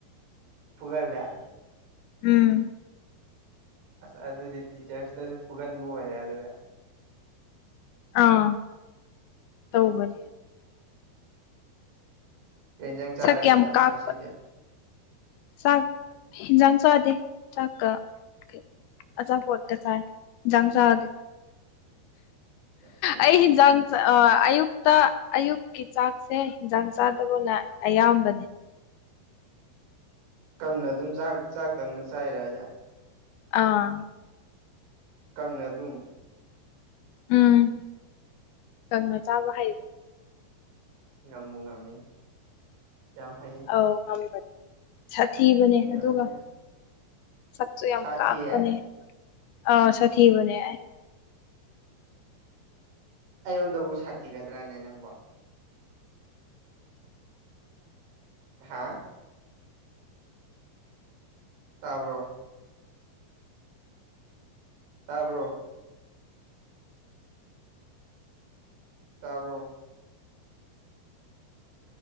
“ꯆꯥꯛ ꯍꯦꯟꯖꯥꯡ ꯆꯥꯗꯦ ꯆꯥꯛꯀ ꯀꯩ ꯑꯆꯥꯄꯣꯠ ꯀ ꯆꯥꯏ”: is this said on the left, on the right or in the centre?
Left